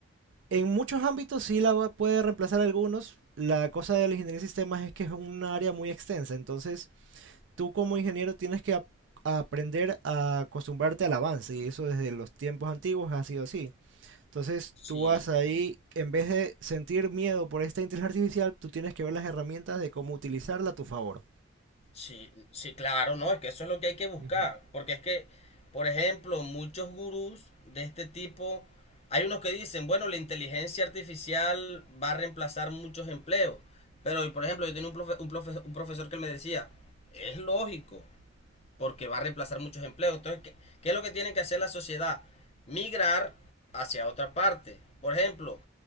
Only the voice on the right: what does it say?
en muchos ámbitos sí la va- puede reemplazar algunos. La cosa de la ingeniería de sistemas es que es un área muy extensa, entonces tú como ingeniero tienes que ap- aprender a acostumbrarte al avance y eso desde los tiempos antiguos ha sido así. Entonces
tú vas ahí, en vez de sentir miedo por esta inteligencia artificial, tú tienes que ver las herramientas de cómo utilizarla a tu favor.
Ujú,